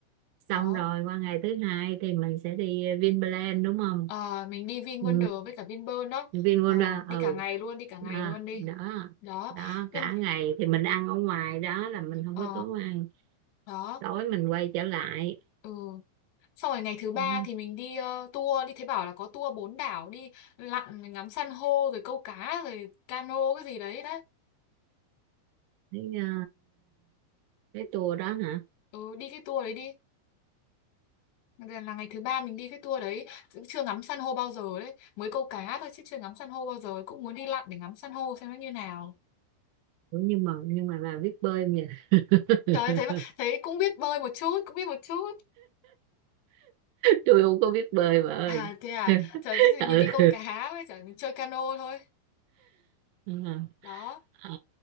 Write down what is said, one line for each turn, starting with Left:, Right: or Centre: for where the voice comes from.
Right: xong
Left: đó.
Right: rồi qua ngày thứ hai thì mình sẽ đi Vinpearl đúng không
Left: Ờ mình đi Vin
Right: ừ,
Left: Wonders với cả Vinpearl đó.
Right: Vinwonder
Left: Ờ đi
Right: ừ
Left: cả ngày luôn, đi cả ngày
Right: à,
Left: luôn đi.
Right: đó
Left: Đó.
Right: đó
Left: Nhưng-
Right: cả ngày thì mình ăn ở ngoài đó là mình không
Left: Ờ
Right: có tốn ăn
Left: đó.
Right: tối mình quay trở lại
Left: Ừ. Xong rồi ngày thứ ba
Right: Ừ,
Left: thì mình đi ờ, tour, đi thấy bảo là có tour bốn đảo, đi lặn ngắm san hô rồi câu cá rồi cano cái gì đấy đấy.
Right: cái ờ, cái tour đó hả
Left: Ừ, đi cái tour đấy đi. Là là ngày thứ ba mình đi cái tour đấy, cũng chưa ngắm san hô bao giờ đấy, mới câu cá thôi chứ chưa ngắm san hô bao giờ, cũng muốn đi lặn để ngắm san hô xem nó như nào.
Right: Ủa, nhưng mà nhưng mà bà biết bơi không nhỉ <laughs>
Left: Trời ơi, thấy mà- thấy cũng biết bơi một chút, cũng biết một chút.
Right: tôi không có biết bơi bà ơi
Left: À thế à,
Right: <laughs>
Left: trời thế thì
Right: ừ.
Left: mình đi câu cá với chả mình chơi cano thôi.
Right: Ờ,
Left: Đó,
Right: ờ,